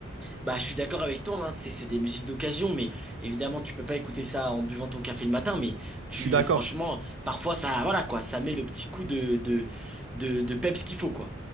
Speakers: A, in the centre; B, on the right (about 70°).
A: Bah, je suis d'accord avec toi, hein, tu sais, c'est des musiques d'occasion, mais évidemment, tu peux pas écouter ça en buvant ton café le matin, mais tu,
B: Je suis d'accord.
A: franchement, parfois, ça, voilà, quoi, ça met le petit coup de, de, de, de peps qu'il faut, quoi.